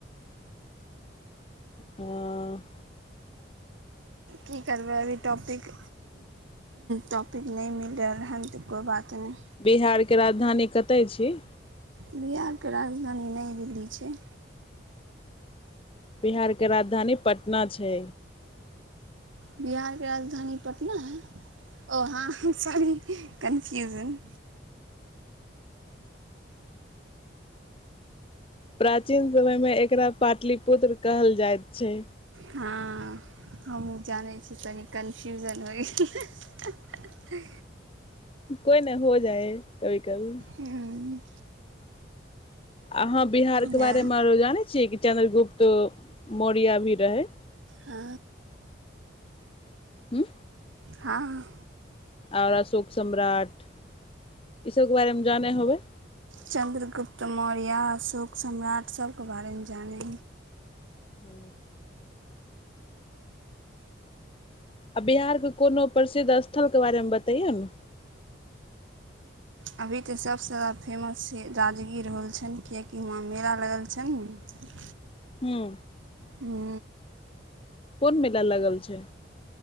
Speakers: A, on the left; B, on the right.
A: हँ।
B: की करबै अभी टॉपिक। टॉपिक नहि मिल रहल त कोइ बात। नहि
A: बिहार के राजधानी कतय छी।
B: बिहार के राजधानी नई दिल्ली छै।
A: बिहार के राजधानी पटना छै।
B: बिहार के राजधानी पटना है वहाँ सारी कन्फ्यूजन।
A: प्राचीन समय मे एकरा पाटलिपुत्र कहल जाइत छै।
B: हँ। हमहूँ जानै छी तनि। कन्फ्यूजन होइ गेल।
A: कोइ नहि हो जाए कभी कभी।
B: गेल
A: अहाँ बिहार के
B: जे
A: बारे मेरो जाने छीयै कि चंन्द्रगुप्त। तऽ मौरिया भी रहै।
B: आ।
A: हू।
B: हँ।
A: आओर अशोक सम्राट ईसभके बारेमे जानै होबै।
B: चन्द्रगुप्त मौर्या अशोक सम्राट सबके बारेमे जानै।
A: हू। आ बिहार के कोनो प्रसिद्ध स्थलके बारेमे बतैयौ ने।
B: अभी तऽ सभसँ ज़्यादा फेमस छै राजगीर हो छनि किएकि हुआाँ मेला लागल छनि ने।
A: ह्म।
B: हू
A: कोन मेेल लागल छै